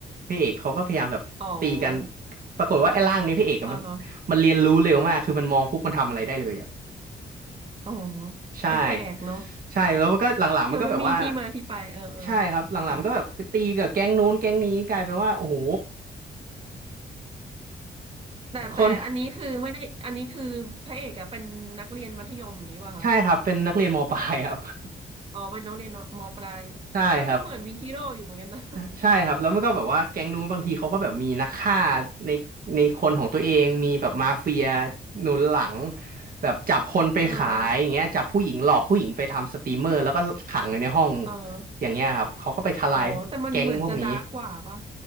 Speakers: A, on the right; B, on the right.
A: พระเอกเขาก็พยายามแบบตีกัน
B: อ๋อ
A: ปรากฏว่าไอ้ร่างนี้พระเอกอะมัน
B: อ่าฮะ
A: มันเรียนรู้เร็วมากคือมันมองปุ๊บมันทำอะไรได้เลยอ่ะ
B: อ๋อ
A: ใช่
B: เออแปลกเนาะ
A: ใช่แล้วมันก็หลังๆมันก็แบบว่า
B: เดี๋ยวมันมีที่มาที่ไปเออเออ
A: ใช่ครับหลังๆมันก็แบบไปตีกับแก๊งนู้นแก๊งนี้กลายเป็นว่าโอ้โห
B: ค่ะแต่แต่อันนี้คือไม่ได้อันนี้คือพระเอกอะเป็นนักเรียนมัธยมอย่างนี้ป่ะคะ
A: คนใช่ครับเป็นนักเรียนมปลายครับ <laughs>
B: อ๋อเป็นนักเรียนมปลายเออก็เหมือนวีคิโร่อยู่เหมือนกันนะ
A: ใช่ครับ
B: <laughs>
A: ใช่ใช่ครับแล้วมันก็แบบว่าแก๊งนู้นบางทีเขาก็แบบมีนักฆ่าในในคนของตัวเองมีแบบมาเฟียหนุนหลังแบบจับคนไปขายอย่างเงี้ยจับผู้หญิงหลอกผู้หญิงไปทำสตรีมเมอร์แล้วก็ขังไว้ในห้อง
B: เออเออ
A: อย่างเงี้ยครับเขาก็ไปทลายแก๊งพวกนี้
B: อ๋อแต่มันเหมือนจะดาร์กกว่าป่ะ